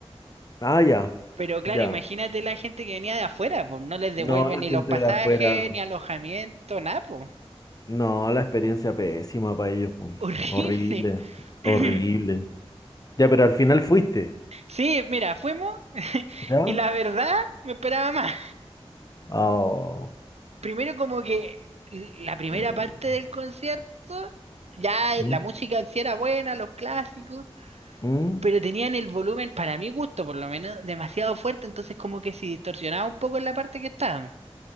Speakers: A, on the left; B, on the right.
A: Ah, ya,
B: Pero claro,
A: ya.
B: imagínate la gente que venía de afuera, pues no les devuelven
A: No, la
B: ni los
A: gente
B: pasajes,
A: de afuera,
B: ni alojamiento, nada, pues.
A: no, la experiencia pésima para ellos, po.
B: <laughs> Horrible.
A: Horrible,
B: <clears throat>
A: horrible. Ya, pero al final fuiste,
B: Sí, mira, fuimos <laughs>
A: ¿ya?
B: y la verdad me esperaba más.
A: Oh,
B: Primero como que la primera
A: mm,
B: parte del concierto, ya
A: mm,
B: la música en sí era buena, los clásicos,
A: mm.
B: pero tenían el volumen, para mi gusto por lo menos, demasiado fuerte, entonces como que se distorsionaba un poco en la parte que estábamos.